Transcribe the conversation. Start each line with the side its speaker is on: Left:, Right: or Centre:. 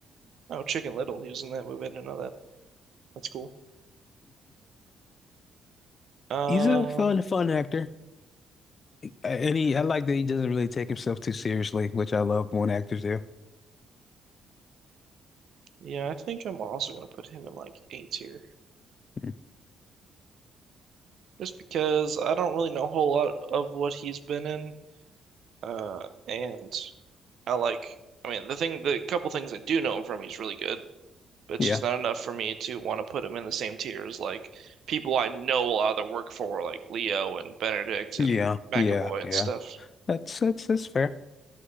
Right: Oh, Chicken Little. He was in that movie. I didn't know that. That's cool. Um,
Left: He's a fun, fun actor. And he, I like that he doesn't really take himself too seriously, which I love when actors do.
Right: yeah, I think I'm also gonna put him in like A tier,
Left: Mm,
Right: just because I don't really know a whole lot of what he's been in. Uh, and I like. I mean, the thing, the couple things I do know him from, he's really good, but it's
Left: Yeah,
Right: just not enough for me to want to put him in the same tier as like people I know a lot of their work for, like Leo and Benedict
Left: yeah,
Right: and McAvoy
Left: yeah,
Right: and
Left: yeah.
Right: stuff.
Left: That's that's that's fair.